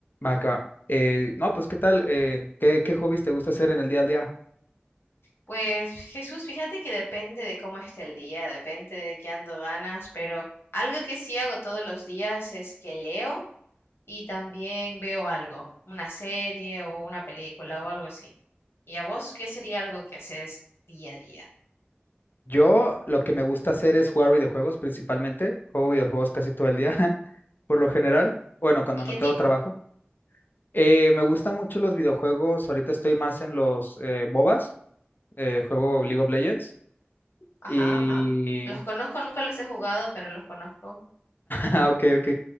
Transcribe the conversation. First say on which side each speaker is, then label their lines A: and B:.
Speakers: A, on the left; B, on the left.
A: Va, que va. Eh, no, pues, ¿qué tal? Eh, ¿qué, qué hobbies te gusta hacer en el día al día?
B: Pues Jesús, fíjate que depende de cómo esté el día, depende de qué ando ganas, pero algo que sí hago todos los días es que leo y también veo algo, una serie o una película o algo así. ¿Y a vos qué sería algo que haces día a día?
A: Yo lo que me gusta hacer es jugar videojuegos principalmente. Juego videojuegos casi todo el día, <laughs> por lo general. Bueno, cuando
B: ¿Y
A: no
B: qué
A: tengo
B: tipo?
A: trabajo. Eh, me gustan mucho los videojuegos. Ahorita estoy más en los eh, MOBAs. eh, juego League of Legends.
B: Ajá,
A: Y...
B: ajá. Los
A: <laughs>
B: conozco, nunca los he jugado, pero los conozco.
A: Ah, ok, ok.